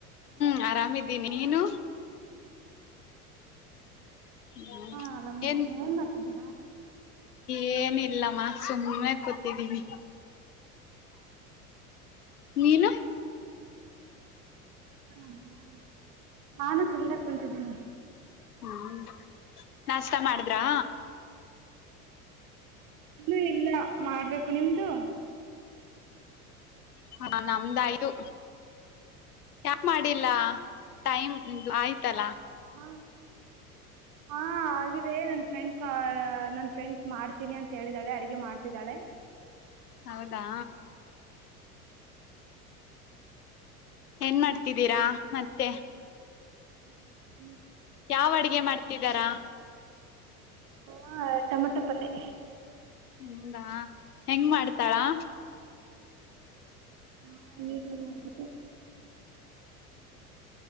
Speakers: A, on the left; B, on the right.
A: ಹ್ಮ್ ಆರಾಮಿದ್ದೀನಿ ನೀನು ಹ್ಮ
B: ಹಾ ಆರಾಮಿದೀನಿ
A: ಏನ್
B: ಮಾಡ್ತಿದ್ದೀರಾ
A: ಏನಿಲ್ ಇಲ್ಲಮ್ಮ ಸುಮ್ಮನೆ ಕೂತಿದ್ದೀನಿ ನೀನು.
B: ಊಟ ಮಾಡಿದ್ಯಾ ನಾನು ಸುಮ್ನೆ ಕುಂತಿದ್ದೀನಿ
A: ಹ್ಮ್ ನಾಷ್ಟ ಮಾಡಿದ್ರಾ
B: ಇನ್ನು ಇಲ್ಲ ಮಾಡ್ಬೇಕು ನಿಮ್ದು?
A: ಹಾ ನಮ್ದಾಯು ಯಾಕ್ ಮಾಡಿಲ್ಲ ಟೈಮ್ ದ್ ಆಯ್ತಲ್ಲ.
B: ಹ ಹಾ ಆಗಿದೆ ನನ್ ಫ್ರೆಂಡ್ ನನ್ ಫ್ರೆಂಡ್ಸ್ ಮಾಡ್ತೀನಿ ಅಂತ ಹೇಳಿದ್ದಾಳೆ ಅಡಿಗೆ ಮಾಡ್ತಿದ್ದಾಳೆ.
A: ಹೌದಾ ಏನ್ ಮಾಡ್ತಿದ್ದೀರಾ ಮತ್ತೆ
B: <inaudible>
A: ಯಾವ್ ಅಡ್ಗೆ ಮಾಡ್ತಿದ್ದಾರ?
B: ಹ ಟಮಟೊ ಪಲ್ಲೆ.
A: ಹ್ಮ್ ದಾ ಹೆಂಗ ಮಾಡ್ತಾಳಾ
B: <unintelligible> ಇರ್ಲಿ ಎಲ್ಲ